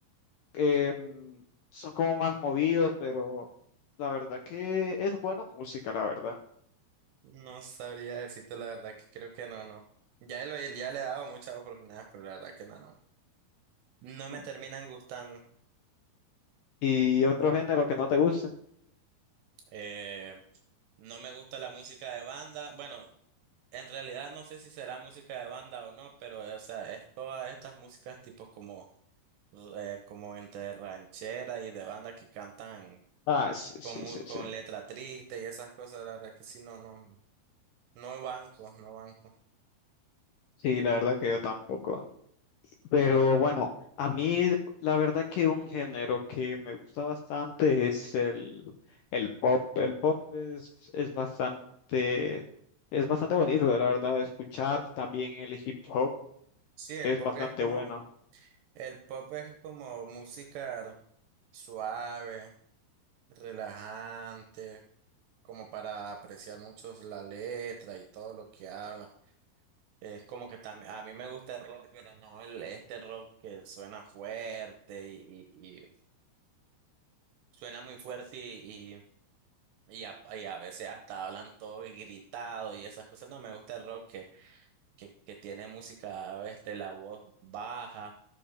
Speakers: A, on the left (about 80°); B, on the right (about 75°).
A: em, son como más movidos, pero la verdad que es buena música, la verdad.
B: No sabría decirte la verdad que creo que no, no. Ya, lo, ya le he dado muchas oportunidades, pero la verdad que no, no. No me
A: Mm.
B: terminan gustando.
A: Y otro género que no te guste.
B: Eh, no me gusta la música de banda. Bueno, en realidad no sé si será música de banda o no, pero eh, o sea, es todas estas músicas tipo como, eh, como entre ranchera y de banda que cantan
A: Ah, sí, sí,
B: con, mu-
A: sí,
B: con
A: sí.
B: letra triste y esas cosas, la verdad que sí, no, no. No banco, no banco.
A: Sí, la verdad que yo tampoco. Pero bueno, a mí la verdad que un género que me gusta bastante es el, el pop. El pop es, es bastante, es bastante bonito, la verdad, de escuchar. También el hip hop
B: Sí, el
A: es
B: pop
A: bastante
B: es como...
A: bueno
B: El pop es como música suave, relajante, como para apreciar mucho la letra y todo lo que habla. Es como que también, a mí me gusta el rock, pero no el, este rock que suena fuerte y, y- y suena muy fuerte y, y, y a, y a veces hasta hablan todo y gritado y esas cosas. No me gusta el rock que, que, que tiene música, este, la voz baja,